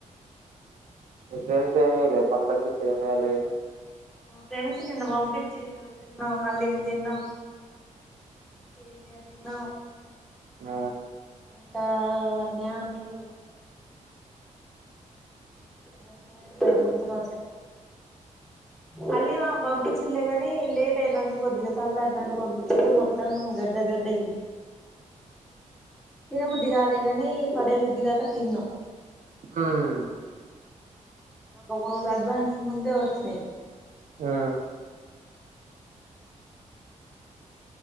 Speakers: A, on the right (about 75°); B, in the centre.
A: మీ ఫ్రెండ్స్ ఏం ఇయ్యలే పండక్కి సేమియాలు ఏం
B: మా ఫ్రెండ్స్ నిన్న పంపించిన్ళ్ళు తిన్నాం అలిమ్ తిన్నాం సేమియా విన్న
A: ఆ
B: ఇంకా వట్నెమంట్రూ దాని పేరేం పేరు గుర్తు రావట్లే మళ్ళీ ఇమా పంపించిలే కాని లేట్ అయినంక కొద్దిగా సల్లారినంక పంపించి మొత్తం గడ్డ గడ్డయింది తిన బుద్ధి కాలే కాని పడే బుద్ధిగాక తిన్నాం
A: ఊమ్
B: మాకు ఒక రోజు అడ్వాన్స్ ముందే వచ్చినాయి
A: ఆ